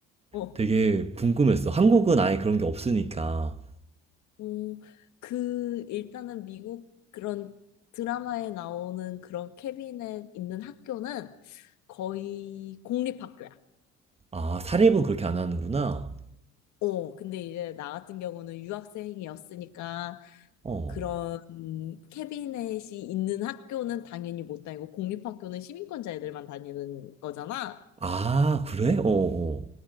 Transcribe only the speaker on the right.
되게 궁금했어. 한국은 아예 그런 게 없으니까
아 사립은 그렇게 안 하는구나.
어.
아 그래? 어어.